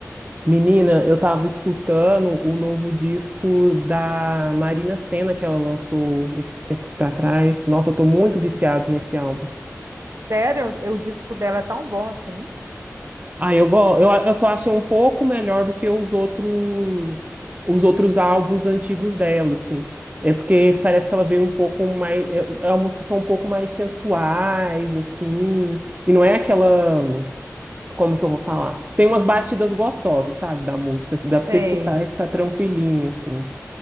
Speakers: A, on the right; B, on the right.
A: Menina, eu tava escutando o novo disco da Marina Sena que ela lançou esses tempos pra trás. Nossa, eu tô muito viciado nesse álbum.
B: Sério, o disco dela é tão bom assim?
A: Ah, eu, go- eu, a- eu tô achando um pouco melhor do que os outros os outros álbuns antigos dela, assim. É porque esse parece que ela veio um pouco mais. é- é- As músicas são um pouco mais sensuais, assim. E não é aquela. Como que eu vou falar? Tem umas batidas gostosas, sabe, da música. Dá pra você
B: Sei.
A: escutar e ficar tranquilinho, assim.